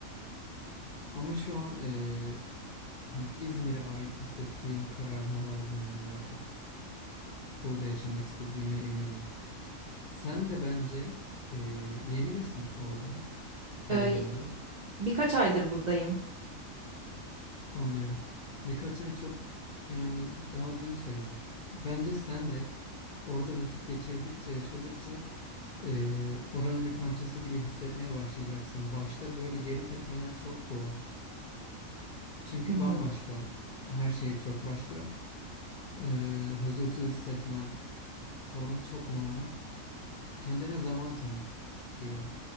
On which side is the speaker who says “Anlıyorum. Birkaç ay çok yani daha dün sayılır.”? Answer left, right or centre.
Left